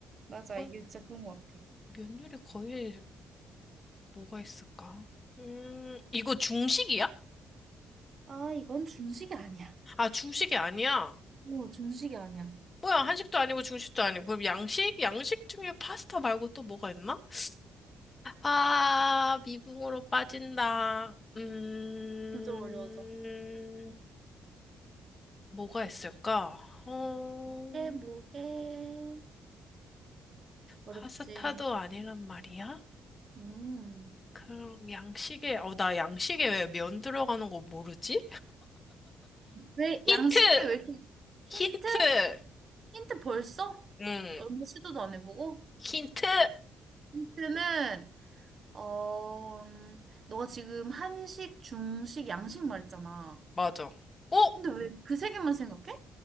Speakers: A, on the right; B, on the left.
A: 맞아.
B: 어,
A: 이게 진짜 그런 것 같아.
B: 면 요리 거의 뭐가 있을까? 음, 이거 중식이야?
A: 아, 이건 중식이 아니야.
B: 아, 중식이 아니야.
A: 오, 중식이 아니야.
B: 뭐야, 한식도 아니고 중식도 아니고. 그럼 양식? 양식 중에 파스타 말고 또 뭐가 있나? 아, 미궁으로 빠진다. 음,
A: 점점 어려워져.
B: 뭐가 있을까? 어,
A: 이게 뭐게? 어렵지.
B: 파스타도 아니란 말이야?
A: 음.
B: 그럼 양식에, 어, 나 양식에 왜 면 들어가는 거 모르지?
A: 왜,
B: 힌트!
A: 양식이 왜 이렇게, 힌트?
B: 힌트!
A: 힌트 벌써?
B: 응,
A: 얼마 시도도 안 해보고?
B: 힌트!
A: 힌트는, 어, 음, 너가 지금 한식, 중식, 양식 말했잖아.
B: 맞아. 어?
A: 근데 왜 그 세 개만 생각해?